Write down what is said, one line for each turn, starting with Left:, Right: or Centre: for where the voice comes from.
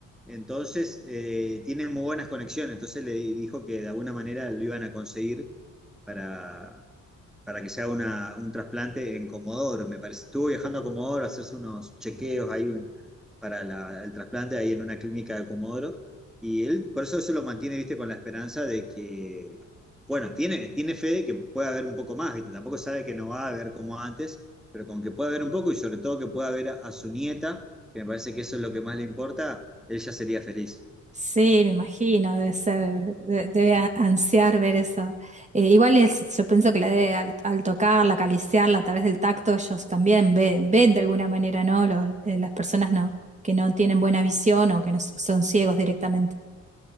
Centre: Entonces, eh, tiene muy buenas conexiones. Entonces le di- dijo que de alguna manera lo iban a conseguir para, para que se haga una- un trasplante en Comodoro, me parece. Estuvo viajando a Comodoro a hacerse unos chequeos ahí un- para la- el trasplante ahí en una clínica de Comodoro. Y él, por eso eso lo mantiene, viste, con la esperanza de que, bueno, tiene, tiene fe de que pueda haber un poco más, viste. Tampoco sabe que no va a haber como antes, pero con que pueda haber un poco y sobre todo que pueda ver a a su nieta que me parece que eso es lo que más le importa, él ya sería feliz.
Right: Sí, me imagino, debe ser, de- debe a- ansiar ver eso. Eh, igual es- yo pienso que la de, al, al tocarla, acariciarla a través del tacto, ellos también ven, ven de alguna manera, ¿no? Los- eh, las personas no, que no tienen buena visión o que no s- son ciegos directamente.